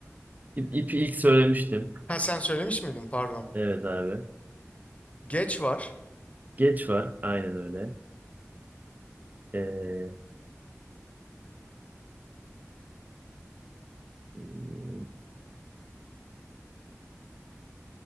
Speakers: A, on the right; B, on the left.
A: İp, ipi ilk söylemiştim.
B: Ha sen söylemiş miydin? Pardon.
A: Evet abi.
B: Geç var.
A: Geç var. Aynen öyle. Ee, hmm,